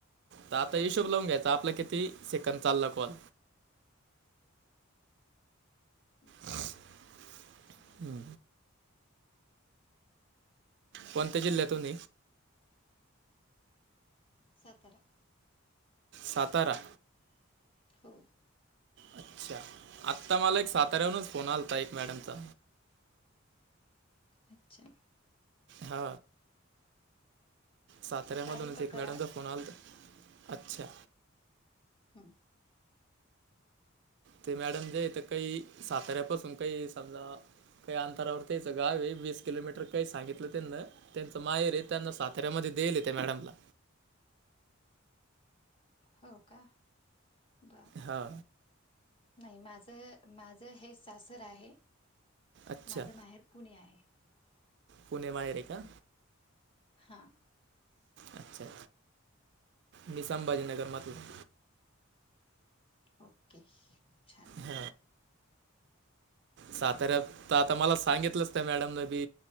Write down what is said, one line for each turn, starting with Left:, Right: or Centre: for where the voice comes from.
Right: तर आता हिशोब लावून घ्यायचा आपला किती सेकद चालला कॉल.
Left: ठीक आहे
Right: हम्म.
Left: चार मिनिटं
Right: कोणत्या जिल्ह्यातून.
Left: सातारा.
Right: सातारा.
Left: हो.
Right: अच्छा आत्ता मला एक साताऱ्याहूनच फोन आलता एक मॅडमचा.
Left: अच्छा.
Right: हा साताऱ्यामधूनच
Left: तालुका
Right: एक
Left: कराड.
Right: मॅडमचा फोन आलता. अच्छा.
Left: हम्.
Right: ते मॅडम जे इथ काही साताऱ्यापासून काही समजा काही अंतरावर त्यायचं गावे वीस किलोमीटर काही सांगितलं त्यांना. त्यांच माहेर ये त्यांना साताऱ्यामध्ये देल त्या मॅडमला
Left: हो का ब
Right: हा.
Left: नाही माझ माझं हे सासर आहे
Right: अच्छा
Left: माझ माहेर पुणे आहे.
Right: पुणे माहेर ऐका.
Left: हा.
Right: अच्छा मी संभाजी नगरमधला.
Left: ओके. छान.
Right: ह. साताऱ्यात त आता मला सांगितलंच त्या मॅडम न की